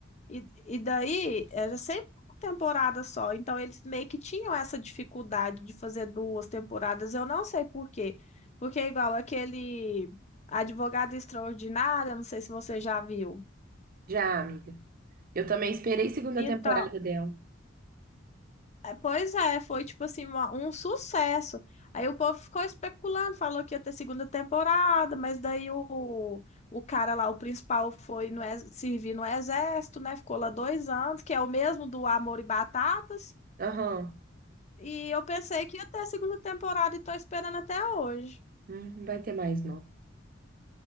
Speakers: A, on the left (about 35°); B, on the right (about 45°).
A: E, e daí era sempre uma temporada só, então eles meio que tinham essa dificuldade de fazer duas temporadas, eu não sei por quê. Porque é igual aquele Advogada Extraordinária, não sei se você já viu.
B: já, amiga. Eu também esperei segunda
A: Então,
B: temporada dela.
A: é, pois é, foi tipo assim, uma- um sucesso. Aí o povo ficou especulando, falou que ia ter segunda temporada, mas daí o, o cara lá, o principal, foi no, ex- servir no exército, né? Ficou lá dois anos, que é o mesmo do Amor e Batatas.
B: Aham,
A: E eu pensei que ia ter a segunda temporada e tô esperando até hoje.
B: hum, não vai ter mais, não.